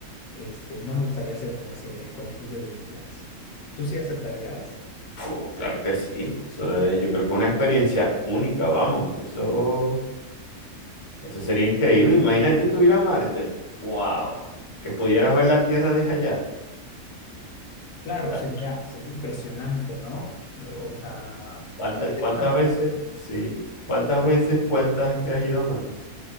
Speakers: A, on the left; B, on the left.
A: Este, no me gustaría ser como ese conejillo de Indias. ¿Tú sí aceptarías?
B: Puh, claro que sí. Eso es- yo creo que es una experiencia única, vamos. Eso, eso sería increíble. Imagínate tú ir a Marte. ¡Wow! Que pudieras ver la Tierra desde allá.
A: Claro,
B: Ah,
A: sería, sería impresionante, ¿no? O sea,
B: ¿Cuántas,
A: sí sería
B: cuántas
A: una buena.
B: veces? Sí. ¿Cuántas veces cuentas que has ido a Marte?